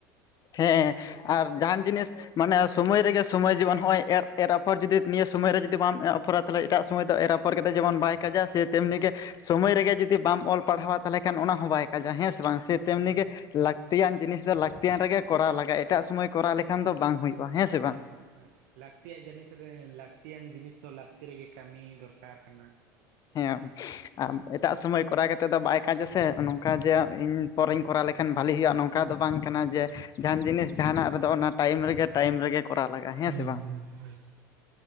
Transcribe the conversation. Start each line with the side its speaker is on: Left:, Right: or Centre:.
Left: ᱦᱮᱸ ᱟᱨ ᱡᱟᱦᱟᱱ ᱡᱤᱱᱤᱥ ᱢᱟᱱᱮ ᱥᱚᱢᱚᱭ ᱨᱮᱜᱮ ᱥᱚᱢᱚᱭ ᱡᱮᱢᱚᱱ ᱦᱚᱸᱜᱼᱚᱭ ᱮᱨ ᱮᱨ ᱟᱯᱚᱨ ᱡᱩᱫᱤ। ᱱᱤᱭᱟᱹ ᱥᱚᱢᱚᱭ ᱨᱮ ᱡᱩᱫᱤ ᱵᱟᱢ ᱟᱯᱷᱚᱨᱟ ᱛᱟᱦᱚᱞᱮ ᱮᱴᱟᱜ ᱥᱚᱢᱚᱭ ᱫᱚ ᱮᱨ ᱟᱯᱚᱨ ᱠᱟᱛᱮ ᱡᱮᱢᱚᱱ ᱵᱟᱭ ᱠᱟᱡᱟ ᱥᱮ ᱛᱮᱢᱱᱤ ᱜᱮ। ᱥᱚᱢᱚᱭ ᱨᱮ ᱜᱮ ᱡᱩᱫᱤ ᱵᱟᱢ ᱚᱞ ᱯᱟᱲᱦᱟᱣᱟ ᱛᱟᱦᱚᱞᱮ ᱠᱷᱟᱱ ᱚᱱᱟ ᱦᱚᱸ ᱵᱟᱭ ᱠᱟᱡᱟ ᱦᱮᱸ ᱥᱮ ᱵᱟᱝ ᱥᱮ। ᱛᱮᱢᱱᱤ
Right: ᱦᱳᱭ
Left: ᱜᱮ
Right: ᱦᱳᱭ
Left: ᱞᱟᱹᱠᱛᱤᱭᱟᱱ ᱡᱤᱱᱤᱥ ᱫᱚ ᱞᱟᱹᱠᱛᱤᱭᱟᱱ ᱨᱮᱜᱮ ᱠᱚᱨᱟᱣ ᱞᱟᱜᱟᱜᱼᱟ ᱮᱴᱟᱜ ᱥᱩᱢᱚᱭ ᱠᱚᱨᱟᱣ ᱞᱮᱠᱷᱟᱱ ᱫᱚ ᱵᱟᱝ ᱦᱩᱭᱩᱜᱼᱟ। ᱦᱮᱸ ᱥᱮ ᱵᱟᱝ
Right: ᱦᱳᱭ ᱦᱳᱭ ᱞᱟᱹᱠᱛᱤᱭᱟᱱ ᱡᱤᱱᱤᱥ ᱨᱮ ᱞᱟᱠᱛᱤᱭᱟᱱ, ᱡᱤᱱᱤᱥ ᱫᱚ ᱞᱟᱹᱠᱛᱤ ᱨᱮᱜᱮ ᱠᱟᱹᱢᱤ ᱫᱚᱨᱠᱟᱨ ᱠᱟᱱᱟ।
Left: ᱦᱮᱸ ᱟᱨ ᱮᱴᱟᱜ ᱥᱚᱢᱚᱭ ᱠᱚᱨᱟᱣ ᱠᱟ ᱠᱟᱛᱮᱫ ᱫᱚ ᱵᱟᱭ ᱠᱟᱡ ᱥᱮ ᱱᱚᱝᱠᱟ ᱡᱮ ᱤᱧ। ᱯᱚᱨᱮᱧ ᱠᱚᱨᱟᱣ ᱞᱮᱠᱷᱟᱱ ᱵᱷᱟᱞᱮ ᱦᱩᱭᱩᱜᱼᱟ ᱱᱚᱝᱠᱟ ᱫᱚ ᱵᱟᱝ ᱠᱟᱱᱟ ᱡᱮ। ᱡᱟᱦᱟᱱ ᱡᱤᱱᱤᱥ ᱡᱟᱦᱟᱱᱟᱜ ᱨᱮ ᱫᱚ ᱚᱱᱟ ᱴᱟᱭᱤᱢ ᱨᱮᱜᱮ ᱴᱟᱭᱤᱢ ᱨᱮᱜᱮ ᱠᱚᱨᱟᱣ ᱞᱟᱜᱟᱜᱼᱟ। ᱦᱮᱸ
Right: ᱦᱳᱭ
Left: ᱥᱮ
Right: <unintelligible>
Left: ᱵᱟᱝ